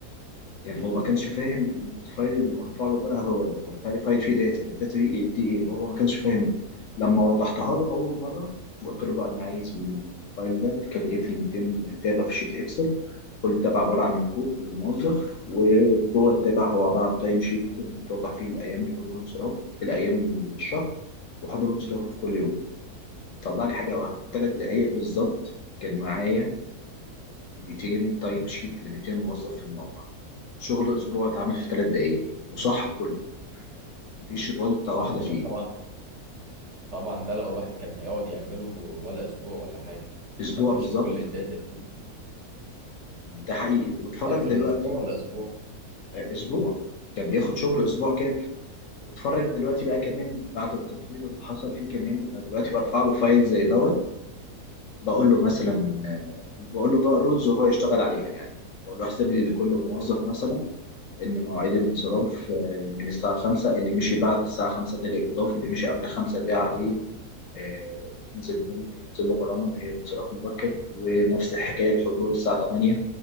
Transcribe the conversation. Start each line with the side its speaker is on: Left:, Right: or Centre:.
Left: يعني هو ما كانش فاهم ال- الفايل اللي مرفع له ده هو أنت رافع لي فايل فيه داتا الداتا دي إيه دي إيه هو ما كانش فاهم لما وضحتها له أول مرة وقلت له بقى أنا عايز من الفايل ده تكريت لي 200 تابة في شيت إكسل كل تابع عبارة عن الكود للموظف وجوه التابع هو عبارة عن تايم شيت توضح فيه الأيام الحضور والانصراف الأيام من الشهر وحضور وانصرافه في كل يوم طلع لي حاجه واحده ثلاث دقائق بالظبط كان معايا 200 تايم شيت ل 200 موظف في الموقع شغل اسبوع اتعمل في ثلاث دقائق وصح كله مفيش غلطه واحده
Right: يعني أنا
Left: فيه
Right: طبعا طبعا ده لو الواحد كان هيقعد يعمله ولا اسبوع ولا حاجه
Left: اسبوع
Right: لما
Left: بالظبط
Right: يشوف كل الداتا دي
Left: ده حقيقي واتفرج
Right: اكتر
Left: دلوقتي
Right: من اسبوع ولا اسبوع
Left: آه، اسبوع كان بياخد شغل اسبوع كامل واتفرج دلوقتي بقى كمان بعد التطوير اللي حصل فيه كمان انا دلوقتي برفع له فايل زي دوت بقول له مثلا آه، بقول له بقى رولز وهو يشتغل عليها يعني بقول له احسب لي لكل موظف مثلا إن مواعيد الانصراف آه، من الساعة 5 اللي مشي بعد الساعة 5 ده الإضافي اللي مشي قبل 5 ده عليه آه، ينزل ينزل له غرامة اللي هي انصراف مبكر ونفس الحكاية الحضور الساعة 8